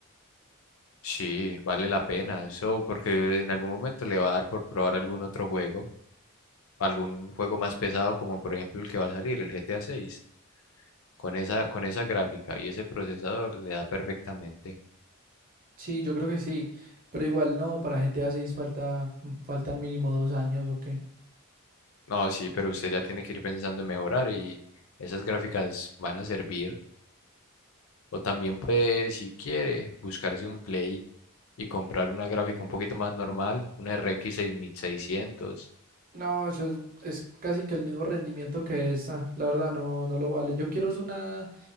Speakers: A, on the left; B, on the right.
A: Sí, vale la pena eso porque en algún momento le va a dar por probar algún otro juego, algún juego más pesado como por ejemplo el que va a salir, el GTA seis Con esa, con esa gráfica y ese procesador le da perfectamente.
B: Sí, yo creo que sí, pero igual no, para GTA 6 falta, mm, faltan mínimo dos años o qué.
A: No, sí, pero usted ya tiene que ir pensando en mejorar y esas gráficas van a servir. O también puede, si quiere, buscarse un Play y comprar una gráfica un poquito más normal, una RX seiscientos
B: No, eso es, es casi que el mismo rendimiento que esta, la verdad no, no lo vale. Yo quiero es una